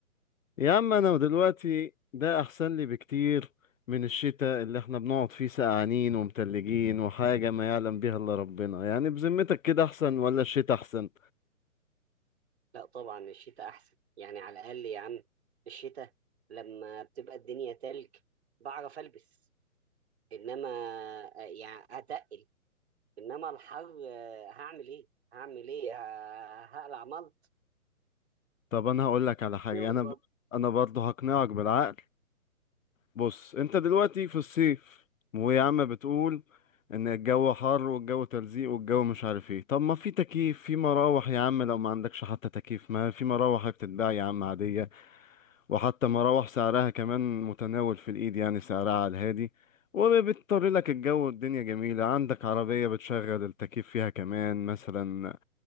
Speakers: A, on the left (about 65°); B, on the right (about 45°).
A: يا عم انا دلوقتي ده احسن لي بكتير من الشتاء اللي احنا بنقعد فيه سقعانين ومتلجين وحاجة ما يعلم بيها الا ربنا يعني بذمتك كده احسن ولا الشتاء احسن
B: لا طبعا الشتاء احسن يعني على الاقل يا عم الشتاء لما بتبقى الدنيا تلج بعرف البس انما آه، يعني هتقل انما الحر آه، هعمل ايه هعمل ايه ه- هقلع ملط
A: طب انا هقول لك على حاجة
B: ايه
A: انا ب... انا برضه هقنعك بالعقل بص انت دلوقتي في الصيف ويا عم بتقول ان الجو حر والجو تلزيق والجو مش عارف ايه طب ما في تكييف في مراوح يا عم لو ما عندكش حتى تكييف ما في مراوح بتتباع يا عم عادية وحتى مراوح سعرها كمان متناول في الايد يعني سعرها على الهادي وبتطر لك الجو والدنيا جميلة عندك عربية بتشغل التكييف فيها كمان مثلا